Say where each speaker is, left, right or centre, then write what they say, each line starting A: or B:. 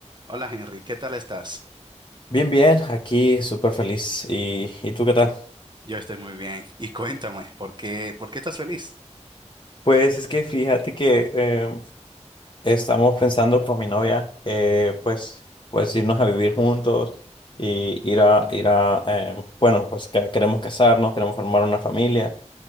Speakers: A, on the right; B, on the left.
A: Hola Henry, ¿qué tal estás?
B: Bien, bien, aquí súper feliz. ¿Y, y tú qué tal?
A: Yo estoy muy bien. Y cuéntame, ¿por qué, por qué estás feliz?
B: Pues es que fíjate que eh, estamos pensando con mi novia, eh, pues, pues irnos a vivir juntos y ir a, ir a, eh, bueno, pues que queremos casarnos, queremos formar una familia.